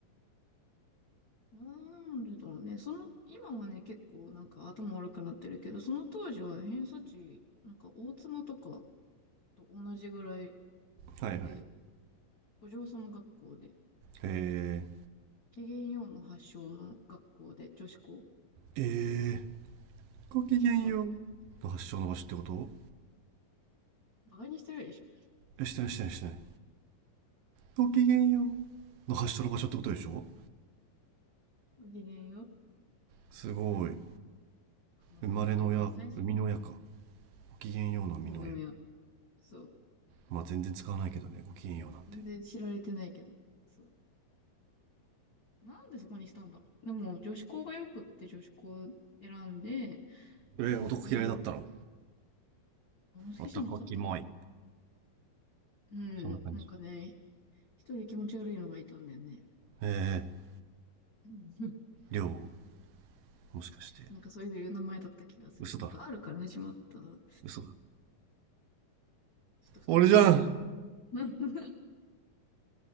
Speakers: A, on the left (about 50°); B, on the right (about 80°).
A: なんでだろうね。その、今はね、結構なんか頭悪くなってるけど、その当時は偏差値、なんか大妻とかと同じぐらい
B: はいはい。
A: で、お嬢様学校で、
B: えー、
A: ごきげんようの発祥の学校で女子校
B: えー、ごきげんよう
A: なんだっけ
B: の発祥の場所ってこと
A: バカにしてるでしょ
B: え、してないしてないしてない。ごきげんようの発祥の場所ってことでしょ
A: ごきげんよう。
B: すごい。
A: うんまあ、
B: 生まれの親、
A: それは、まあ、最初、
B: 生みの親か。ごきげんようの生みの親。
A: 海の親。そう。
B: まあ全然使わないけどね、ごきげんようなんて。
A: 全然知られてないけど。そう。なんでそこにしたんだろう。でも、女子校がよくって女子校選んで、
B: えー、男嫌いだったの
A: こう、あんま好きじゃなかったな。
B: 男キモい。
A: うん。
B: そんな感じ。
A: なんかね、一人気持ち悪いのがいたんだよね。
B: ええ
A: うん <laughs>
B: ー、りょう、もしかして。
A: なんかそういう名前だった気がする。
B: 嘘だろ。
A: なんか R から始まった、ちょっ
B: 嘘だ。
A: と太ってる人だっ
B: 俺じゃん
A: た。<laughs>